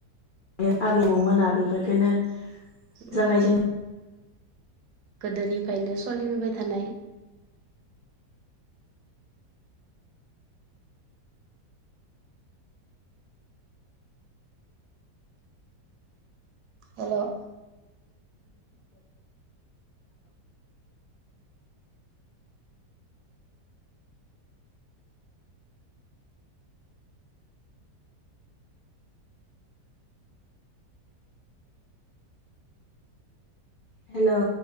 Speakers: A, on the left (about 70°); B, on the right (about 70°).
A: बे आबै आबौमोना बेफोरखोनो
B: उम
A: जागायजेन
B: गोदोनिफ्रायनो सलिबोबाय थानाय। Hello
A: hello.